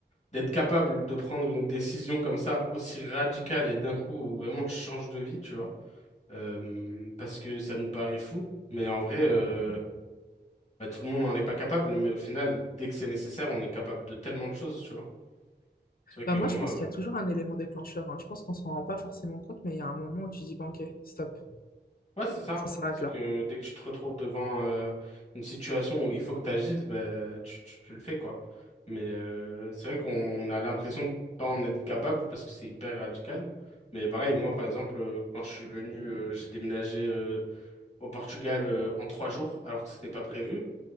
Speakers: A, on the left; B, on the left.
A: d'être capable de prendre une décision comme ça, aussi radicale et d'un coup, où vraiment tu changes de vie, tu vois. Euh, parce que ça nous paraît fou. Mais en vrai, euh, bah, tout le monde n'en est pas capable. Mais au final, dès que c'est nécessaire, on est capable de tellement de choses, tu vois. C'est vrai que
B: Bah
A: moi,
B: moi, je pense qu'il
A: euh,
B: y a toujours un élément déclencheur. hein. Je pense qu'on s'en rend pas forcément compte, mais il y a un moment où tu dis, bon, ok, stop,
A: Ouais, c'est ça.
B: ça s'arrête
A: C'est
B: là.
A: que dès que tu te retrouves devant euh, une situation où il faut que tu agisses, ben, tu, tu, tu le fais, quoi. Mais euh, c'est vrai qu'on a l'impression de pas en être capable parce que c'est hyper radical. Mais pareil, moi, par exemple, euh, quand je suis venu, euh, j'ai déménagé euh, au Portugal euh, en trois jours alors que c'était pas prévu